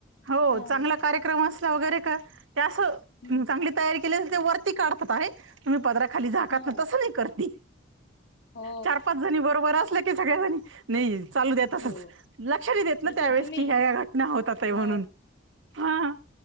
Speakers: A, on the right; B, on the left.
A: हो
B: हा.
A: चांगला कार्यक्रम असल्या वगैरे का त्या अस
B: हं
A: चांगली तयारी केली ते वरती काढतात आहे. तुम्ही पदरा खाली झाकत
B: ह
A: ना तसं नाही करते.
B: हो
A: चार पाच जणी बरोबर असले की सगळ्याजणी नाही चालू द्या. तसच
B: हो
A: लक्ष देत ना
B: तस
A: त्यावेेळेस
B: तुम्ही
A: की ह्या या्या घटना होतात
B: ह
A: म्हणून ह.